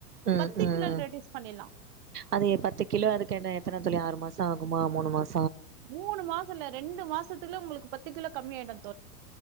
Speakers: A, on the right (about 80°); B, on the right (about 35°).
A: ம்,
B: பத்து
A: ம்.
B: கிலோ ரெடியூஸ் பண்ணிலாம்
A: அது பத்து கிலோ அதுக்கு என்ன எத்தனை தோழி ஆறுமா சாகுமா மூணு மாஸ்
B: மூணு மாசம் இல்ல ரெண்டு மாசத்துல உங்களுக்கு பத்து கிலோ கம்மமி ஆயிடாது